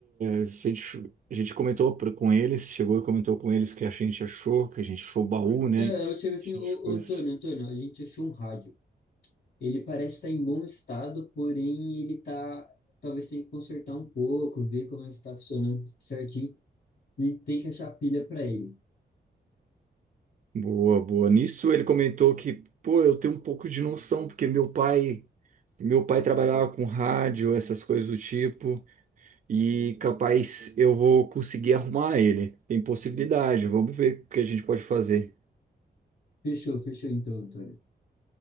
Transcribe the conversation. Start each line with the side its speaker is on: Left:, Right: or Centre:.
Right: a gente, a gente comentou pro- com eles, chegou e comentou com eles que a gente achou, que a gente achou o baú, né?
Left: É, Eu, chego assim,
Right: A
Left: ô,
Right: gente pôs...
Left: ô, Antônio, Antônio, a gente achou um rádio. Ele parece estar em bom estado, porém ele tá, talvez tenha que consertar um pouco, ver como é que está funcionando tudo certinho. E tem que achar a pilha para ele.
Right: Boa, boa. Nisso ele comentou que, pô, eu tenho um pouco de noção, porque meu pai, meu pai trabalhava com rádio, essas coisas do tipo, e capaz eu vou conseguir arrumar ele. Tem possibilidade, vamos ver o que a gente pode fazer.
Left: Fechou, fechou então, Antônio.